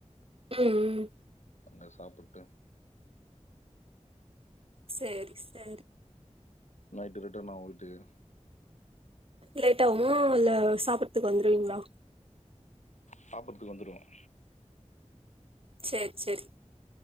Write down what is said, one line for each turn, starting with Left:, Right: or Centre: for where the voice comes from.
Right: ம்
Left: அங்கே சாப்பிட்டு
Right: சேரி சேரி
Left: நைட்டு ரிட்டன் ஆகும் வீட்டுக்கு
Right: லேட்டா ஆகுமா இல்ல சாப்பிறத்துக்கு வந்துடுவீங்களா
Left: சாப்புறதுக்கு வந்துருவோம்
Right: சேரி சேரி